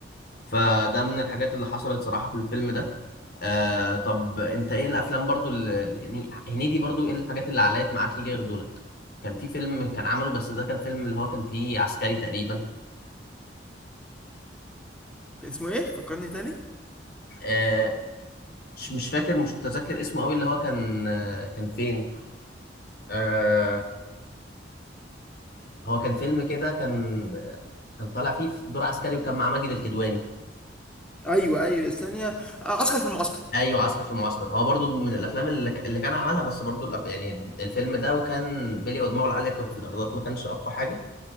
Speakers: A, on the left; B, in the centre.
A: فده من الحاجات اللي حصلت صراحة في الفيلم ده آه طب انت ايه الافلام برضو اللي يعني هنيدي برضو ايه الحاجات اللي علقت معاك ليه غير دولت كان في فيلم كان عمله بس ده كان فيلم اللي هو كان فيه عسكري تقريبا
B: كان اسمه ايه فكرني تاني
A: آه، مش مش فاكر مش متذكر اسمه قوي اللي هو كان آه، كان فين آه هو كان فيلم كده كان آه، كان طالع فيه في دور عسكري وكان معاه ماجد الكدواني
B: ايوه ايوه استنى آه، عسكر في المعسكر
A: ايوه عسكر في المعسكر هو برضو من الافلام اللي, ك- اللي كان عملها بس برضو الأف... يعني الفيلم ده وكان بيلي ودماغه العاليه كان في الايرادات ما كانش اقوى حاجه